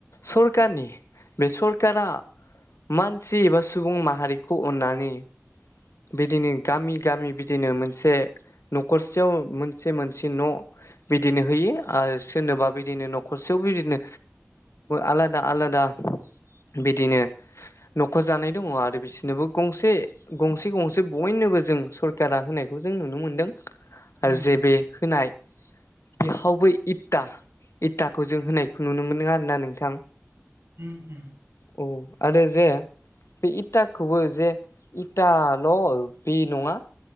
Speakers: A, on the left; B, on the right.
A: सरकारनि बे सरकारा मानसि एबा सुबुं माहारिखौ अन्नानै बिदिनो गामि गामि बिदिनो मोनसे न'खरसेयाव मोनसे मोनसे न' बिदिनो होयो आरो सोरनोबा बिदिनो न'खरसेयाव बिदिनो आलादा आलादा बिदिनो न'खर जानाय दङ आरो बिसोरनोबो गंसे गंसे गंसे बयनोबो जों सरकारा होनायखौ जों नुनो मोनदों आरो
B: उम नंगौ
A: जे बे होनाय बिहावबो इता इथाखौ जों होनायखौ नुनो मोनदों आरो ना नोंथां
B: ओम ओम
A: औ आरो जे बे इथाखौबो जे इटाल' बे नङा